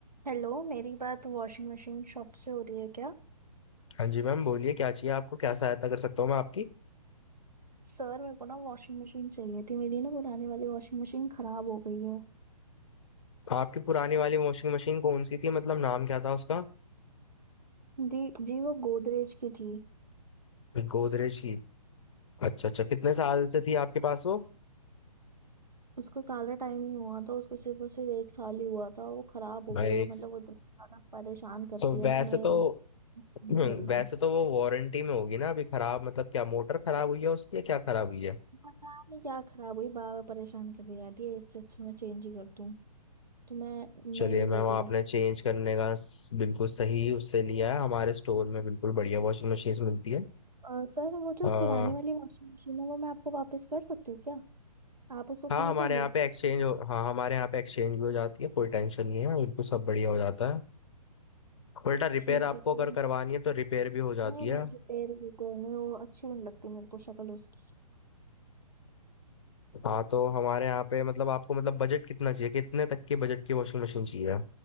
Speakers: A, on the right; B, on the left.
A: Hello मेरी बात washing machine shop से हो रही है क्या
B: हाँ जी मैम बोलिए क्या चाहिए आपको क्या सहायता कर सकता हूँ मैं आपकी
A: सर मेरे को ना वॉशिंग मशीन चाहिए थी मेरी ना पुरानी वाली वॉशिंग मशीन खराब हो गई है
B: आपकी पुरानी वाली वॉशिंग मशीन कौन सी थी मतलब नाम क्या था उसका
A: दी जी वो गोदरेज की थी
B: गोदरेज की अच्छा अच्छा कितने साल से थी आपके पास वो
A: उसको ज्यादा टाइम नहीं हुआ था उसको सिर्फ और सिर्फ एक साल ही हुआ था वो खराब हो
B: भाई
A: गई है मतलब वो इतना ज्यादा परेशान करती
B: तो
A: है
B: वैसे
A: ना मैं
B: तो
A: जी
B: <clears throat>
A: कर लूँ
B: वैसे तो वो वारंटी में होगी ना अभी खराब मतलब क्या मोटर खराब हुई है उसकी या क्या खराब हुई है
A: पता नहीं क्या खराब हुई बार बार परेशान करती जाती है इससे अच्छा मैं चेंज ही कर दूँ तो मैं
B: चलिए
A: नहीं
B: मैम
A: ले रही
B: आपने
A: हूँ
B: चेंज करने का स- बिल्कुल सही उससे लिया है हमारे स्टोर में बिल्कुल बढ़िया वॉशिंग मशीन मिलती है
A: और सर वो जो
B: आ,
A: पुरानी वाली वॉशिंग मशीन है वो मैं आपको वापस कर सकती हूँ क्या आप उसको
B: हाँ
A: खरीदेंगे
B: हमारे यहाँ पे एक्सचेंज हो हाँ हमारे यहाँ पे एक्सचेंज भी हो जाती है कोई टेंशन नहीं है बिल्कुल सब बढ़िया हो जाता है बेटा रिपेयर
A: ठीक
B: आपको
A: है तो
B: अगर करवानी है तो रिपेयर भी हो जाती
A: नहीं
B: है
A: नहीं जो पेड़ होते हैं नहीं वो अच्छी भी नहीं लगती मेरे को शक्ल उसकी
B: हाँ तो हमारे यहाँ पे मतलब आपको मतलब बजट कितना चाहिए कितने तक के बजट की वॉशिंग मशीन चाहिए